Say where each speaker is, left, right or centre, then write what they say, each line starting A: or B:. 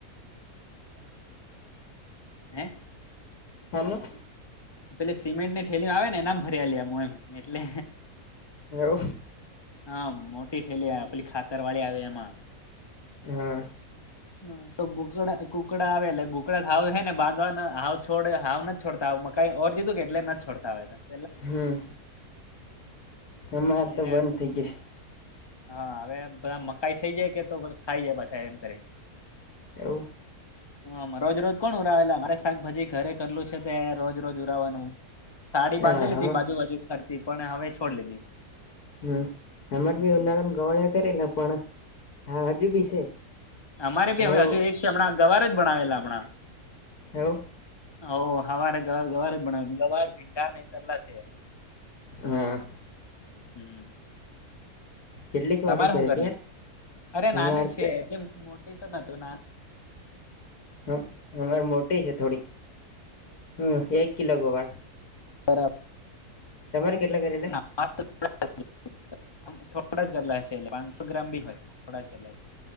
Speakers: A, on the left (about 20°); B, on the left (about 80°).
A: <unintelligible> હે
B: હેલો.
A: પેલી સિમેન્ટ ને થેભી આવે ને એનામ ફરિયાલુ એમ એટલે
B: એવુ
A: હા મોટી ઠેલી પેલી ખાતર વાડી આવે એમાં
B: હા
A: હમ્મ તો બૂકડા કૂકડા આવે એટલે ભૂકડાવ છે ને બાંધવાના હાવ છોડ હાવ નથી છોડતા. કઈ ઓર દીધું કે એટલે ન છોડતા હોય.
B: હમ અમારે
A: હતા
B: તો બંધ
A: એ
B: થઇ ગઈશ.
A: હા હવે બધા મકાઈ થઇ જાય કે તોધ ખાઈ જાય પાછા એમ કરી.
B: એવું.
A: <inaudible> હા રોજ રોજ કોણ ઉરાવેલા મારે શાકભાજી ઘરે કરેલું છે તે રોજ રોજ ઉરાવાનું. સાડી બાંધી
B: હા
A: લીધી
B: હમા
A: બાજુ બાજુ ખરતી પણ હવે છોડ લીધી.
B: હમ એમાંરે બી
A: હમ
B: ઉનાળામાં ગવળિયા કરેલા પણ હા હજુ બી છે.
A: અમારે
B: પણ
A: બી હવે
B: એવું
A: હજુ એ છે હમણાં ગવાર જ ભણવેલા હમણાં.
B: એવું
A: હ હવારે ગ ગવાર જ ભણ ગવાર ભીંડા ને કરલા છે.
B: હા.
A: હમ.
B: કેટલીક
A: તમારે
B: વાઢી
A: શું
B: કરે
A: કરી
B: તી યાર
A: લશ અરે નાની
B: અમારે
A: છે
B: તો
A: એટલે મોટી તો ન ના.
B: હમ હર મોટી છે થોડી હમ એક કિલો ગવાર
A: બરાબર.
B: તમારે કેટલા કરેલા.
A: હ <unintelligible> થોડા જ કરલા છે એટલે પાંચસો ગ્રામ બી હોય થોડા જ કરલા.